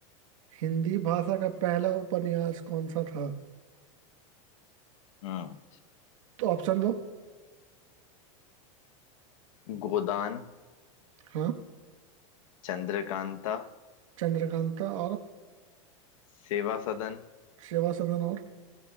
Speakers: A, on the right; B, on the left.
A: हिंदी भाषा का पहला उपन्यास कौन सा था
B: हम्म
A: तो ऑप्शन दो
B: गोदान
A: हाँ
B: चंद्रकांता
A: चंद्रकांता और
B: सेवा सदन
A: सेवा सदन और